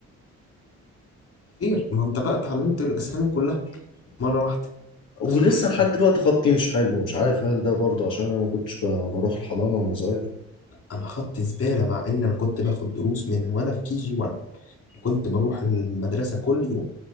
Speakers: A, on the left; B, on the left.
A: خير ما أنت بقى اتعلمت الأسامي كلها مرة واحدة
B: ولسه
A: خير خير
B: لحد دلوقتي خطي مش حلو مش عارف هل ده برضه عشان انا ما كنتش ب- بروح الحضانه وانا صغير
A: أنا خدت زبالة مع إن أنا كنت باخد دروس من وأنا في كي جي 1 كنت بروح المدرسة كل يوم